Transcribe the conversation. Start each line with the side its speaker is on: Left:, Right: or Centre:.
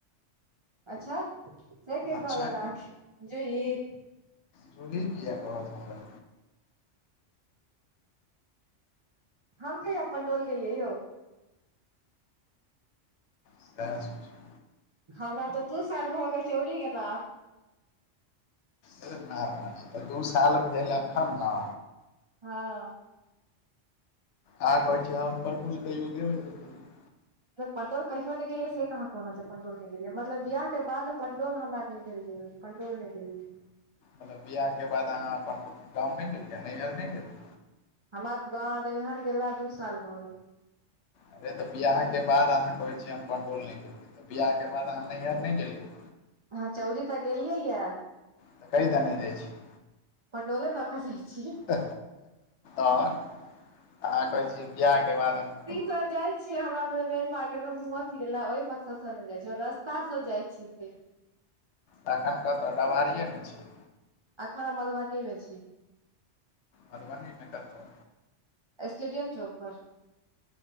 Right: अच्छा से के कहलक
Left: अच्छा
Right: अहांके जे ई
Left: जूली किआ कहत हमरा
Right: हम कहिया पंडौल गेलिये यौ।
Left: सेह सोचिओ।
Right: हमरा तऽ दू साल भऽ गेल छलै उरी गेलाह।
Left: है महराज तऽ दू साल भेल अखन ने
Right: हां
Left: अहां कहै छियै, हम पंडौल कहियौ गेबै नै केलिए।
Right: पंडौल कहियो नै गेलियै से कहाँ कहलौ जे पंडौल नै गेलियै मतलब बियाहके बाद पंडौल हमरा नै भेल गेल। पंडौल नै गेलियै।
Left: मतलब बियाहके बाद अहाँ अपन गांव नै गेलियै नैहर नै गेलियै।
Right: हमरा गाँव नैहर गेला दू साल भऽ गेलै।
Left: अरे तऽ बियाहके बाद अहाँ कहै छियै, हम पंडौल नै गेलियै तऽ बियाहके बाद अहाँ नैहर नै गेलियै।
Right: हां चा चौरी तऽ गेलियै यए।
Left: तऽ कै दैने जाइ छियै।
Right: पंडौले देका जाइ छियै।
Left: त अह तहन कहै छियै, बिआह के बाद हम
Right: तैर जाइ छियै, हमरा मेन मार्केट में घूमय फिरे ल ओहि मकसद से नै जाइ छियै, रस्ता से जाय छियै से
Left: तखन कता डामारियएमे छियै।
Right: अखन हम मधुबनीमे छी।
Left: मधबनीमे कत्ता
Right: स्टेडियम चौक पर